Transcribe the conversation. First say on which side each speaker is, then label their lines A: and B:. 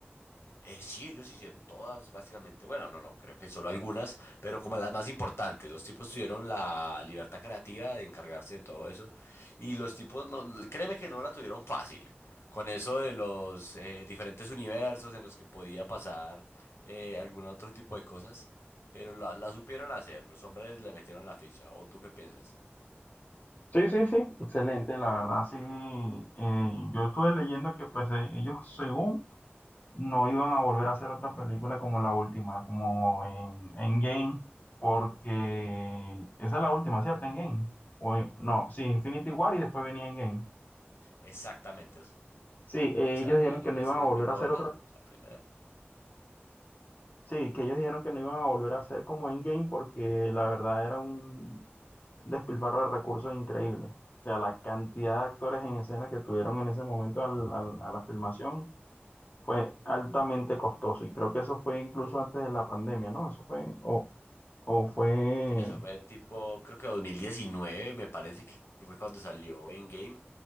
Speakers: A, on the left; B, on the left.
A: Eh, sí, ellos hicieron todas, básicamente. Bueno, no, no, creo que solo algunas, pero como las más importantes. Los tipos tuvieron la libertad creativa de encargarse de todo eso. Y los tipos, no, créeme que no la tuvieron fácil. Con eso de los eh, diferentes universos en los que podía pasar eh, algún otro tipo de cosas. Pero la, la supieron hacer. Los hombres le metieron la ficha. ¿O tú qué piensas?
B: Sí, sí, sí, excelente, la verdad, sí. eh, yo estuve leyendo que pues eh, ellos según no iban a volver a hacer otra película como la última, como en Endgame, porque esa es la última, ¿cierto? Endgame. O, en- no, sí, Infinity War y después venía Endgame.
A: Exactamente. O
B: Sí, eh,
A: sea,
B: ellos dijeron
A: viene
B: que
A: en
B: no
A: ese
B: iban a volver
A: mismo
B: a hacer
A: orden,
B: otra.
A: la primera.
B: Sí, que ellos dijeron que no iban a volver a hacer como Endgame porque la verdad era un, un despilfarro de recursos increíble. O sea, la cantidad de actores en escena que tuvieron en ese momento al- al- a la filmación fue altamente costoso. Y creo que eso fue incluso antes de la pandemia, ¿no? Eso fue, o, o fue,
A: Sí, eso fue tipo, creo que 2019, me parece que fue cuando salió en game